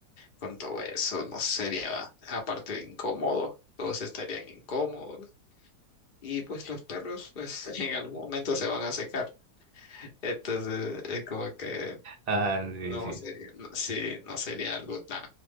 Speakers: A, on the left; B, on the right.
A: con todo eso no sería, aparte de incómodo, todos estarían incómodos. Y pues los perros, pues <laughs> en algún momento se van a secar. Entonces es como que
B: Ah, sí,
A: no
B: sí.
A: sería, no- sí, no sería algo tan,